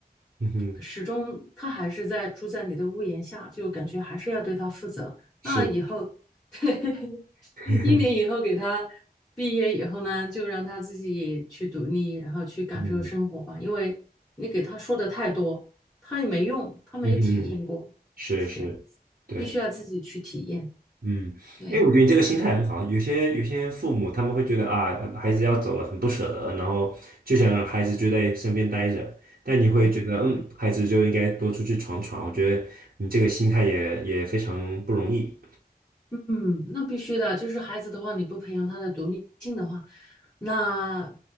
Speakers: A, on the right; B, in the centre.
A: 嗯哼，
B: 始终他还是在住在你的屋檐下，就感觉还是要对他负责。
A: 是，
B: 那以后，<laughs>
A: <laughs>
B: 一年以后给他毕业以后呢，就让他自己去独立，然后去感受生活吧，
A: 嗯
B: 因为你给他说的太多，他也没用，他没体验过，
A: 嗯哼，是是，
B: 是这样子，
A: 对。
B: 必须要自己去体验。
A: 嗯，
B: 对，
A: 哎，我觉得你这个心态很好。有些有些父母他们会觉得啊，孩子要走了很不舍得，然后就想让孩子就在身边待着。但你会觉得，
B: 不会，不会。
A: 嗯，孩子就应该多出去闯闯。我觉得你这个心态也也非常不容易。
B: 嗯，那必须的，就是孩子的话，你不培养他的独立性的话，那